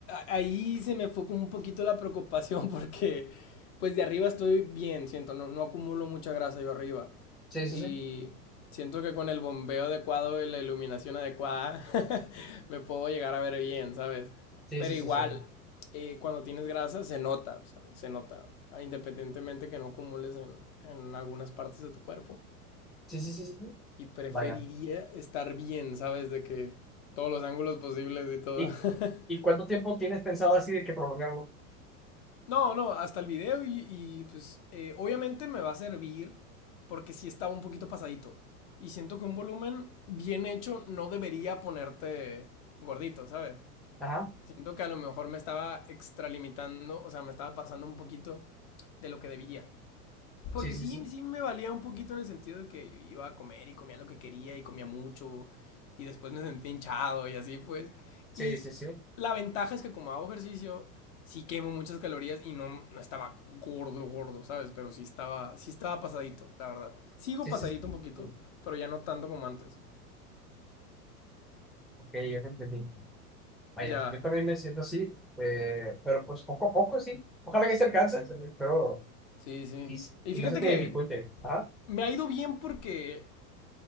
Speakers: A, on the left; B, in the centre.
A: ahí se me fue como un poquito la preocupación <laughs> porque pues de arriba estoy bien, siento, no, no acumulo mucha grasa yo arriba.
B: Sí, sí,
A: Y
B: sí.
A: siento que con el bombeo adecuado y la iluminación adecuada <laughs> me puedo llegar a ver bien, ¿sabes?
B: Sí,
A: Pero
B: sí,
A: igual,
B: sí, sí.
A: eh, cuando tienes grasa se nota, o sea, se nota, independientemente que no acumules en, en algunas partes de tu cuerpo
B: Sí, sí, sí, sí. sí. sí.
A: y preferiría
B: Vaya.
A: estar bien, ¿sabes? De que todos los ángulos posibles y todo.
B: ¿Y,
A: <laughs>
B: y cuánto tiempo tienes pensado así de que prolongarlo?
A: no, no, hasta el video y, y pues eh, obviamente me va a servir porque sí estaba un poquito pasadito. Y siento que un volumen bien hecho no debería ponerte gordito, ¿sabes?
B: Ajá.
A: Siento que a lo mejor me estaba extralimitando, o sea, me estaba pasando un poquito de lo que debía. Porque
B: Sí, sí,
A: sí,
B: sí.
A: sí me valía un poquito en el sentido de que iba a comer y comía lo que quería y comía mucho y después me sentía hinchado y así pues.
B: Sí,
A: Y
B: sí, sí.
A: la ventaja es que como hago ejercicio, sí quemo muchas calorías y no, no estaba gordo, gordo, ¿sabes? Pero sí estaba, sí estaba pasadito, la verdad. Sigo
B: Sí,
A: pasadito
B: sí, sí.
A: un poquito, pero ya no tanto como antes.
B: Ok, yo te entendí. Vaya,
A: Ya,
B: yo también me siento así, eh, pero pues poco a poco, sí. Ojalá que se alcance, pero...
A: sí, sí.
B: Y,
A: Y
B: y
A: fíjate
B: no se te
A: que
B: dificulte. Ajá.
A: me ha ido bien porque